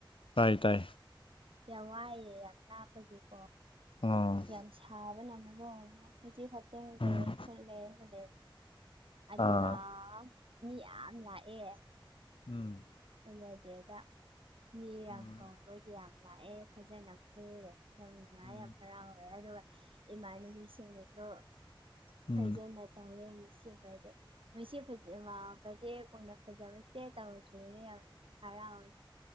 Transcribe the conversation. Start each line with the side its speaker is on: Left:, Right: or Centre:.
Left: ꯇꯥꯏ ꯇꯥꯏ
Right: ꯀ ꯋꯥꯏꯌꯦ ꯌꯥꯝꯅꯄꯒꯤꯄꯣ
Left: ꯎꯝ
Right: ꯌꯥꯝ ꯁꯥꯕꯅꯝꯃꯗꯣ ꯍꯧꯖꯤꯛ ꯈ ꯇꯦꯦꯦ
Left: ꯎꯝ
Right: ꯑꯗꯨꯒꯒ
Left: ꯑꯥ
Right: ꯃꯤ ꯌꯥꯝ ꯂꯥꯛꯑꯦ
Left: ꯎꯝ
Right: ꯄꯨꯜꯂꯗꯤꯦꯗ ꯃꯤ ꯌꯥꯝ
Left: ꯎꯝ
Right: ꯀꯕꯗꯤ ꯌꯥꯝ ꯂꯥꯛꯑꯦ ꯐꯖꯅ ꯄꯨꯜꯔꯦ ꯌꯥꯝ ꯅꯨꯡꯉꯥꯏ
Left: ꯎꯝ
Right: ꯌꯥꯝ ꯍꯔꯥꯎꯋꯦ ꯑꯗꯨꯒ ꯏꯃꯥꯟꯅꯕꯤꯁꯤꯡꯗꯁꯨ
Left: ꯎꯝ
Right: ꯐꯖꯅ ꯇꯧꯋꯦ ꯉꯁꯤ ꯐꯦ ꯐ ꯌꯦ ꯀꯣꯏ ꯅ ꯐꯖꯥꯕꯦ ꯆꯦ ꯇꯧꯖ ꯍꯔꯥꯎꯋꯦ